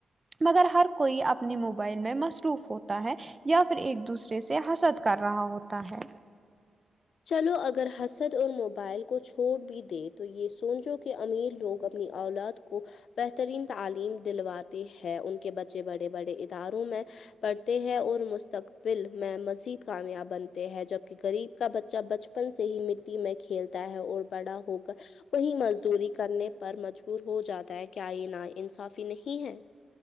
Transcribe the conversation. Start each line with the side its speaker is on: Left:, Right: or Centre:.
Right: مگر ہر کوئی اپنی موبائل میں مصروف ہوتا ہے یا پھر ایک دوسرے سے حسد کر رہا ہوتا ہے
Left: چلو اگر حسد اور موبائل کو چھوڑ بھی دے تو یہ سوچو کہ امیر لوگ اب اپنی اولاد کو بہترین تعلیم دلواتے ہیں ان کے بچے بڑے بڑے اداروں میں پڑھتے ہیں اور مستقبل میں مزید کامیاب بنتے ہیں جبکہ غریب کا بچہ بچپن سے ہی مٹی میں کھیلتا ہے اور بڑا ہو کر وہی مزدوری کرنے پر مجبور ہو جاتا ہے کیا یہ نا انصافی نہیں ہے